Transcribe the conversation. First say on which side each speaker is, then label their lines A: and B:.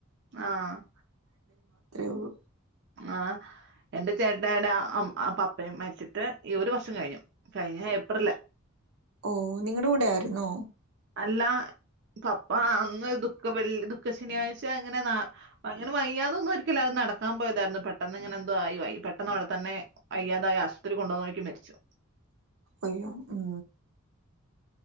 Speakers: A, on the right; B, on the right.
A: ആഹ
B: ഉള്ളൂ.
A: ആഹ എന്റെ ചേട്ടായടെ പപ്പയും മരിച്ചിട്ട് ഈ ഒരു വർഷം കഴിഞ്ഞു കഴിഞ്ഞ ഏപ്രില
B: ഓ നിങ്ങളുടെ കൂടെ ആയിരുന്നോ
A: അല്ലാ പപ്പാ അന്ന് ദുഃഖ വെൾ ദുഃഖ ശനിയാഴ്ച അങ്ങനെ അങ്ങനെ വയ്യാതെ ഒന്നും ഒരിക്കല അത് നടക്കാൻ പോയതായിരുന്നു പെട്ടന്ന് ഇങ്ങനെ എന്തോ ആയിയി പെട്ടെന്ന് അവിടെ തന്നെ അയ്യാതായി ആശുപത്രി കൊണ്ടുവന്നോക്ക് മരിച്ചു
B: അയ്യോ ഉം